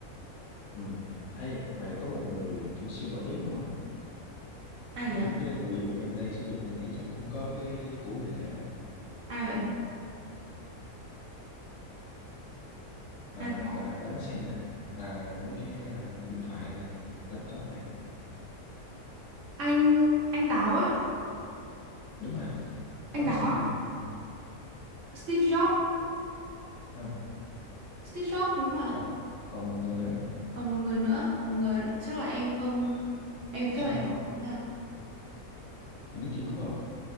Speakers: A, on the left; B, on the right.
A: Ừ. Ê, mà có một người kiểu siêu nổi tiếng luôn á.
B: ai
A: Những
B: vậy
A: cái đồ dùng em đang sử dụng anh nghĩ chắc cũng có cái của người này á.
B: ai vậy
A: À,
B: ai
A: đoán, đoán xem nha. À, mấy cái à, điện thoại này, laptop này.
B: anh anh táo á
A: Đúng rồi, đoán
B: anh táo
A: xem
B: á
A: ai.
B: Steve Jobs
A: Không,
B: Steve Jobs đúng mà
A: còn còn một người nữa,
B: còn một người nữa còn một người chắc là em không em chắc
A: Tim
B: là em
A: Cook.
B: không nhớ ra
A: Em biết Tim Cook không?